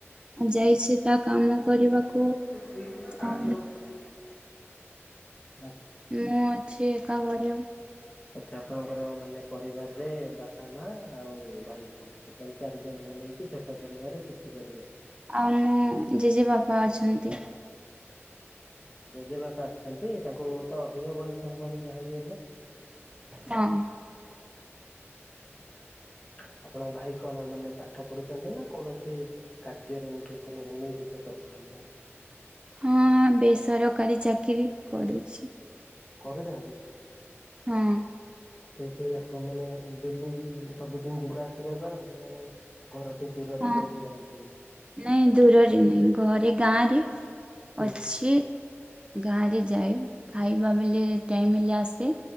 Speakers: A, on the right (about 20°); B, on the left (about 25°).
A: ଯାଇଛି ତା କାମ କରିବାକୁ
B: ସେ ଠିକ
A: ଆଉ
B: କା <unintelligible>
A: ମୁଁ ଅଛି ଏକା ଘରେ
B: ଆଚ୍ଛା ଆପଣଙ୍କର ମାନେ ପରିବାରରେ ବାପା ମା ଆଉ ଭାଇ ଭଉଣୀ ଟୋଟାଲ ଚାରି ଜଣ ନେଇକି ଛୋଟ ପରିବାର ସୁଖି ପରିବାର
A: ଆଉ ମୁଁ ଜେଜେ ବାପା ଅଛନ୍ତି
B: ଜେଜେ ବାପା ଅଛନ୍ତି ତାଙ୍କୁ ତ ଅଧିକା ବୟସ ହବଣି ଯାହାବି ହେଲେ
A: ହଁ
B: ଆଚ୍ଛା ଆପଣଙ୍କ ଭାଇ କଣ ମାନେ ପାଠ ପଢୁଛନ୍ତି ନା କୌଣସି କାର୍ଯ୍ୟରେ ନିଜକୁ ନିୟୋଜିତ କରି <unintelligible>
A: ହଁ ବେସରକାରୀ ଚାକିରୀ କରୁଛି
B: କରୁଛନ୍ତି
A: ହଁ
B: ସେ ସେଇ ଆପଣ ମାନେ ଡେଲି ସବୁଦିନ ଯିବା ଆସିବା କରନ୍ତି ନା ନାଇଁ? ଘରଠୁ ଦୂରରେ
A: ହଁ।
B: କୋଉଠି ରହିକି
A: ନାଇଁ
B: କରୁଛନ୍ତି?
A: ଦୂରରେ ନାଇଁ ଘରେ ଗାଁ ରେ
B: ହୁଁ
A: ଅଛି। ଗାଁରେ। ଯାଏ ଖାଇବା ବେଲେ ଟାଇମ୍ ହେଲେ ଆସେ